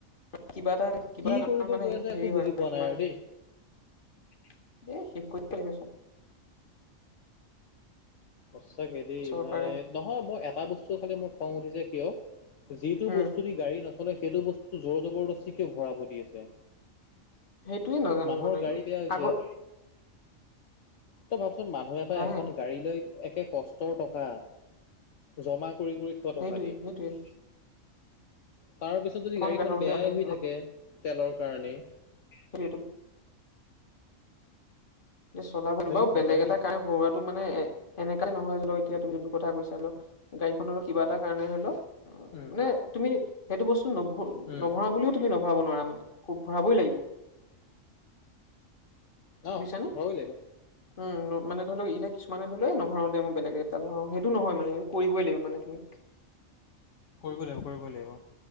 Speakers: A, on the left; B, on the left.
A: কিবা এটা, কিবা
B: কি
A: এটা
B: কৰিব
A: মানে,
B: গৈ আছে
A: হেৰি
B: একো
A: হয়
B: বুজি পোৱা
A: তোমাৰ
B: নাই আৰু দেই
A: এ, শেষ কৰি লে চব
B: সঁচাকৈ দেই
A: চৰকাৰে
B: ভাই নহয়, মই এটা বস্তু খালি মোক খং উঠিছে কিয়? যিটো
A: উম
B: বস্তু দি গাড়ী নচলে, সেইটো বস্তু জোৰ জবৰদস্তিকে ভৰাব দি আছে
A: সেইটোয়ে নাজানো
B: মানুহৰ
A: মানে,
B: গাড়ী
A: কি
B: বেয়া হৈছে
A: আগত
B: তই ভাবচোন মানুহ এটা এখন
A: হে
B: গাড়ী লৈ একে কষ্টৰ টকা জমা কৰি কৰি থোৱা
A: সেইটোৱে
B: টকা দি
A: সেইটোৱে
B: তাৰ পিছত, যদি
A: এখন
B: গাড়ীখন
A: গাড়ী লওঁতে
B: বেয়াই
A: মানুহে
B: হৈ
A: কিমান
B: থাকে তেলৰ কাৰণেই
A: সেইটো চলাব ন,
B: হেই
A: বাৰু বেলেগ
B: নাপায়
A: এটা
B: দেই
A: কাৰণে ঘৰুৱাত মান এনেকাই নহয় তুমিটো কথা কৈছা, হ গাড়ীনৰ কিবা এটা কাৰণে হৰি লও অ',
B: উম
A: মানে, তুমি সেইটো বস্তু
B: উম
A: নভৰা বুলিও তুমি নভৰাব নোৱাৰা মানে, খুব ভৰাবই লাগিব
B: অ',
A: বুজিছানে
B: লাগিব
A: উম, মানে ধৰি লক এতিয়া কিছুমানে ধ ললে নভৰাও দে ম বেলেগ এাল ভৰাও সেইটো নহয় মানে কৰিবই লাগিব মানে, তুমি
B: কৰিব লাগিব, কৰিবই লাগিব